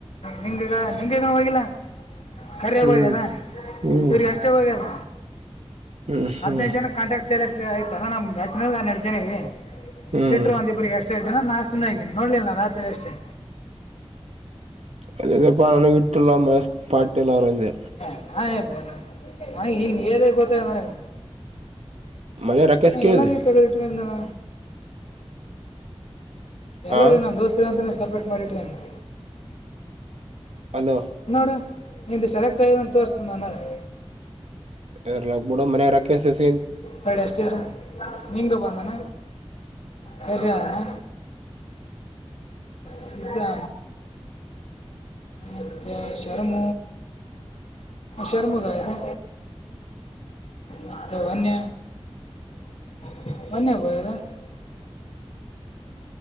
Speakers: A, on the left (about 85°); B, on the right (about 85°).
A: ನಿಂಗಗ ನಿಂಗನು ಹೋಗಿಲ್ಲ. ಕರ್ಯಗ
B: ಹ್ಮ್
A: ಹೋಗ್ಯದ
B: ಹ್ಮ್
A: ಇವ್ರಿಗೆ ಅಷ್ಟೆ ಹೋಗ್ಯದ.
B: ಹ್ಮ್
A: ಹದಿನೈದು
B: ಹ್ಮ್
A: ಜನ ಕಾಂಟ್ರಾಕ್ಟ್ ಸೆಲೆಕ್ಟ್ ಆಯ್ತಲ್ಲಾ ನಮ್ಮ ಬ್ಯಾಚಿನಾಗ ಹನ್ನೆರಡು ಜನ ಇವಿ.
B: ಹ್ಮ್
A: ಇಟ್ರ ಒಂದ ಇಬ್ಬರಿಗೆ ಅಷ್ಟೇ ಇರ್ತೀನಿ ನಾನು ಸುಮ್ಮನೆ ಆಗಿನಿ ನೋಡ್ಲಿಲ್ಲ ನ ರಾತ್ರಿಲಿ ಅಷ್ಟೇ.
B: ಅದೇ ಅದೇ ಪಾ ನನಗೆಟ್ಟಲ್ಲ ಮಹೇಶ್ ಪಾಟೀಲ್ ಅವರು ಅಂದೆ.
A: ಹ ಹ ನನಗ ಈಗ ನೀ ಹೇಳಿದಾಗ ಗೊತ್ತಾಗ್ಯದ ನನಗೆ.
B: ಮನೆ ರಾಕೇಶ್
A: ಹ
B: ಕೇಳಿದೆ
A: ಎಲ್ಲಾರೀಗ ತಗದಿಟ್ಟಿನೀ ಅಂದ್ನಲ. ಎಲ್ಲಾರಿಗಿ
B: ಹಾ
A: ನಮ್ಮ ದೋಸ್ತ್ರ ಅಂತಾನೇ ಸಪ್ರೇಟ್ ಮಾಡಿ ಇಟ್ಗಂಡಿನಿ.
B: ಅಲೋ
A: ನೋಡು ನಿಂದು ಸೆಲೆಕ್ಟ್ ಆಗ್ಯದಂತ ತೋರಸ್ತಾದ ನನ್ನದ್ರಾಗ.
B: ಇರಲಿ ಬುಡೋ ಮನೆಗ ರೊಕ್ಕ ಎಸೆ? <inaudible>
A: ತಡಿ ಅಷ್ಟೇ ಇರು ನಿಂಗ ಬಂದಾನ. ಕರ್ಯ ಅನಾ. ಸಧಾ. ಅತ್ತ ಶರ್ಮ ಶರ್ಮ ಗಾಯಿದೆ.
B: <inaudible>
A: ಮತ್ತ ಒನ್ನೆ. <unintelligible>